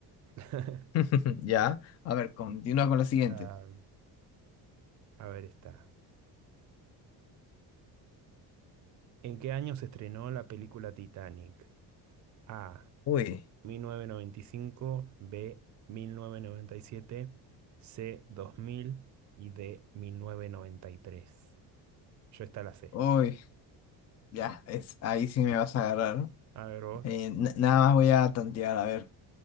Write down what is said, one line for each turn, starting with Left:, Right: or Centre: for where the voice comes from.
Right: <laughs>
Left: <laughs> Ya. A ver, continúa con la siguiente.
Right: Ah, a ver está. ¿En qué año se estrenó la película Titanic? A.
Left: Uy.
Right: 1995, B. 1997, C. 2000 y D. 1993. Yo esta la sé.
Left: Uy, ya, es, ahí sí me vas a agarrar.
Right: A ver vos.
Left: Eh, n- nada más voy a tantear, a ver.